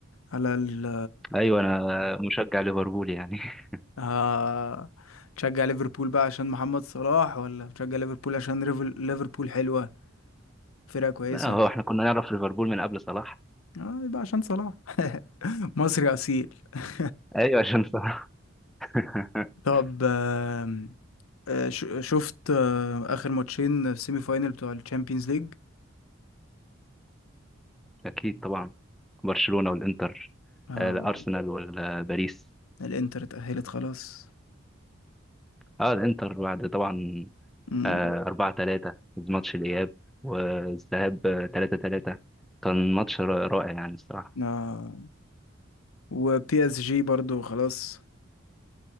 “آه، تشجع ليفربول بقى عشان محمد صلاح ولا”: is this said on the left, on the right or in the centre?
Left